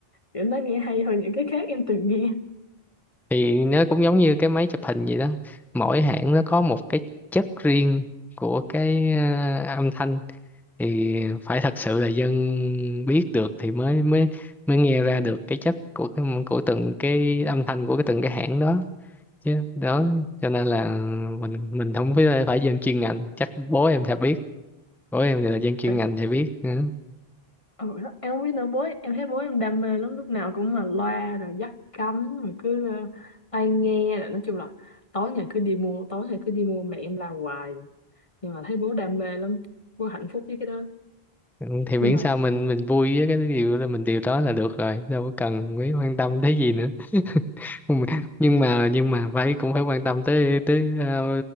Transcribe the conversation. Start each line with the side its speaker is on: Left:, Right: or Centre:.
Left: kiểu nó nghe hay hơn những cái khác em từng nghe
Centre: thì nó cũng giống như cái máy chụp hình vậy đó mỗi hãng nó có một cái chất riêng của cái ờ, âm thanh thì phải thật sự là dân biết được thì mới mới mới nghe ra được cái chất của cái của từng cái âm thanh của cái từng cái hãng đó chứ đó cho nên là mình mình không phải phải dân chuyên ngành chắc bố em sẽ biết bố em thì là dân chuyên
Left: Rồi,
Centre: ngành thì biết ừ.
Left: ừ, đó, em không biết nữa bố em thấy bố em đam mê lắm lúc nào cũng là loa rồi dắt cắm rồi cứ ờ, tai nghe rồi nói chung là tối ngày cứ đi mua tối ngày cứ đi mua mẹ em làm hoài nhưng mà thấy bố đam mê lắm bố hạnh phúc với cái đó
Centre: Ừ, thì miễn
Left: nhưng mà
Centre: sao mình mình vui với cái điều là mình điều đó là được rồi đâu có cần mấy quan tâm thế gì nữa Ừ, nhưng mà nhưng mà phải cũng phải quan tâm tới tới ờ,